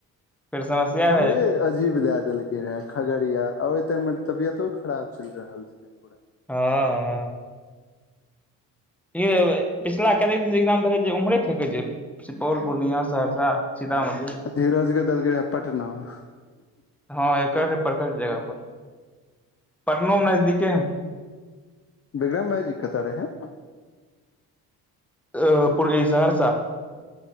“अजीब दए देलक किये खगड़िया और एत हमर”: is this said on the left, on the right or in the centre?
Left